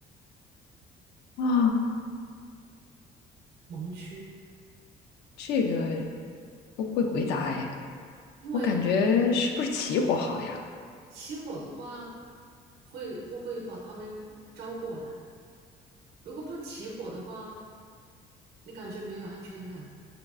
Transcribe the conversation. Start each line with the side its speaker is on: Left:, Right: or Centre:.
Left: 啊，
Right: 盲区，
Left: 这个不会回答哎，
Right: 因为
Left: 我感觉是不是起火好呀？
Right: 起火的话，会不会把它们招过来？如果不起火的话，你感觉没有安全感。